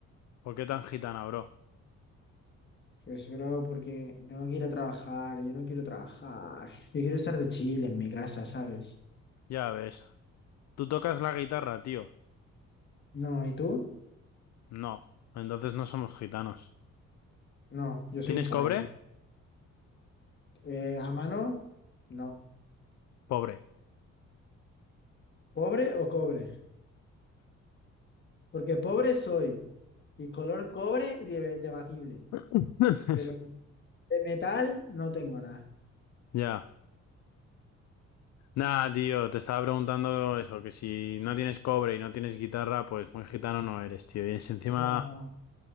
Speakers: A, on the left; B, on the left.
A: ¿Por qué tan gitana, bro?
B: Pues, bro, porque tengo que ir a trabajar, y yo no quiero trabajar. Yo quiero estar de chile en mi casa, ¿sabes?
A: Ya ves. ¿Tú tocas la guitarra, tío?
B: No, ¿y tú?
A: No. Entonces no somos gitanos.
B: No, yo soy
A: ¿Tienes
B: un payo.
A: cobre?
B: Eh, ¿a mano? No.
A: Pobre.
B: ¿Pobre o cobre? Porque pobre soy, y color cobre debe- debatible,
A: <laughs>
B: pero de metal no tengo nada.
A: Ya. Nah, tío, te estaba preguntando eso, que si no tienes cobre y no tienes guitarra, pues muy gitano no eres, tío. Y es- encima
B: Ya no.